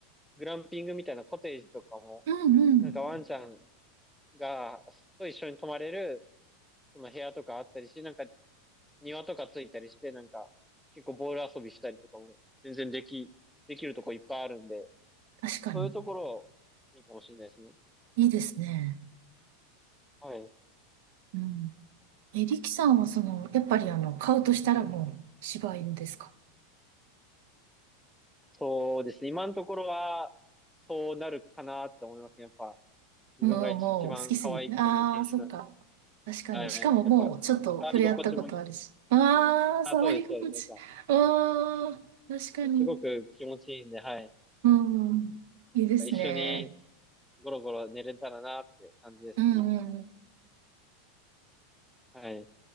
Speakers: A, in the centre; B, on the right (about 65°).
A: グランピングみたいなコテージとかも、
B: うんうん。
A: なんかワンちゃんが、と一緒に泊まれる、その部屋とかあったりし、なんか庭とかついたりして、なんか、結構ボール遊びしたりとかも、全然でき、できるとこいっぱいあるんで、
B: 確かに。
A: そういうところ、いいかもしれないですね。
B: いいですね。
A: はい。
B: うん。え、リキさんはその、やっぱりあの、買うとしたらもう、
A: はい。
B: 柴犬ですか
A: そうですね。今のところは、そうなるかなって思いますね。やっぱ、自分が一番可愛いと思う犬種
B: うん、もう好きすぎて。ああ、そっか。確かに。
A: はい。
B: しかももう、
A: やっぱ、
B: ちょっと触れ合ったことあるし。
A: 触り心地もいいです。
B: ああ、
A: はい。あ、
B: 触り心地。
A: そうです、そうです。やっぱ、
B: ああ、確かに。
A: もうすごく気持ちいいんで、はい。
B: うん。いいですね。
A: なんか一緒にゴロゴロ寝れたらなって感じですね、
B: うんうん
A: いつか。はい。